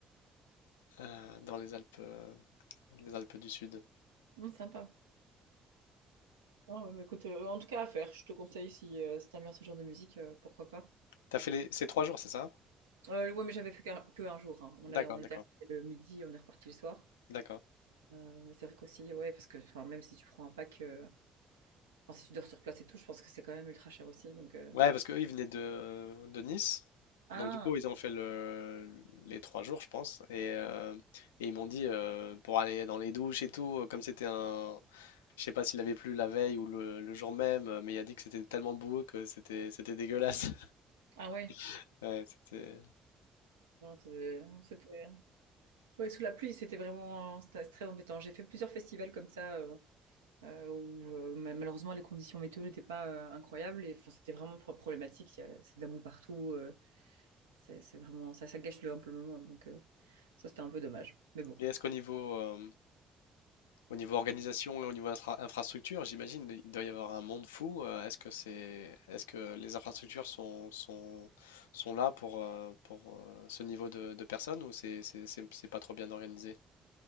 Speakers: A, on the left; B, on the right.
A: euh, dans les Alpes. euh, Les Alpes du Sud.
B: Hum, sympa. Ah ouais, mais écoute, euh, en tout cas, à faire. Je te conseille si, euh, si t'aimes bien ce genre de musique, euh, pourquoi pas.
A: T'as fait les... ces trois jours, c'est ça?
B: Euh, ouais, mais j'avais fait qu'un- que un jour. hein. On
A: D'accord,
B: a, on
A: d'accord,
B: était arrivé le midi, on est reparti le soir.
A: d'accord.
B: Euh, mais c'est vrai qu'aussi, ouais, parce que enfin, même si tu prends un pack. euh, Enfin, si tu dors sur place et tout, je pense que c'est quand même ultra cher aussi. Donc, euh,
A: Ouais, parce qu'eux, ils venaient de, de Nice.
B: Ah,
A: Donc, du coup, ils ont fait le, les trois jours, je pense. Et, euh, et ils m'ont dit, euh, pour aller dans les douches et tout, euh, comme c'était un... Je sais pas s'il avait plu la veille ou le, le jour même, euh, mais il a dit que c'était tellement boueux que c'était c'était dégueulasse.
B: ah ouais.
A: <laughs> Ouais, c'était...
B: Non, c'est- C'était ouais, sous la pluie, c'était vraiment c'était très embêtant. J'ai fait plusieurs festivals comme ça euh, euh, où euh, ma- malheureusement les conditions météo n'étaient pas euh, incroyables et enfin c'était vraiment pro- problématique. Il y a- C'est de la boue partout. euh, c'est c'est vraiment ça, ça gâche le, un peu le moment. Donc euh, ça c'était un peu dommage. Mais bon.
A: Et est-ce qu'au niveau, euh, Au niveau organisation et au niveau infra- infrastructure, j'imagine il doit y avoir un monde fou. Euh, Est-ce que c'est, est-ce que les infrastructures sont, sont, sont là pour, euh, pour euh, ce niveau de, de personnes ou c'est, c'est, c'est- c'est pas trop bien organisé?